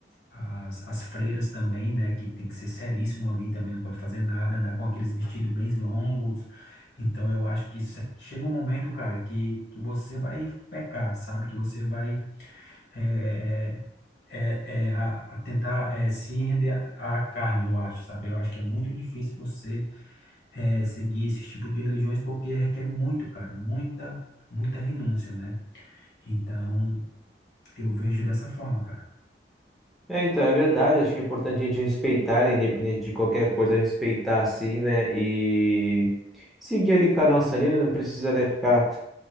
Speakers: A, on the left (about 70°); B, in the centre.
A: as, as freiras também, né? Que tem que ser seríssimo ali, também não pode fazer nada, andar com aqueles vestidos bem longos. Então eu acho que se- chega um momento, cara, que, que você vai pecar, sabe? Que você vai é, é, é, é, a, a tentar é, se render à à carne, eu acho, sabe? Eu acho que é muito difícil você é, seguir esse tipo de religiões porque requer muito, cara, muita, muita renúncia, né? Então, eu vejo dessa forma, cara.
B: É, então, é verdade, acho que é importante a gente respeitar, né, independente de qualquer coisa, respeitar assim, né? E seguir ali com a nossa linha, né, não precisa, né, ficar.